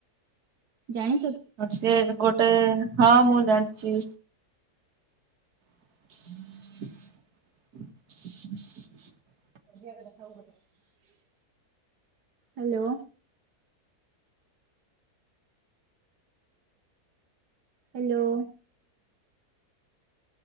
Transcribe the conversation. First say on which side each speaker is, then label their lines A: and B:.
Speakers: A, on the right; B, on the right.
A: ଜାଣି
B: ସିଏ ଗୋଟେ ହଁ ମୁଁ ଜାଣିଚି। <inaudible>
A: <unintelligible> Hello. Hello.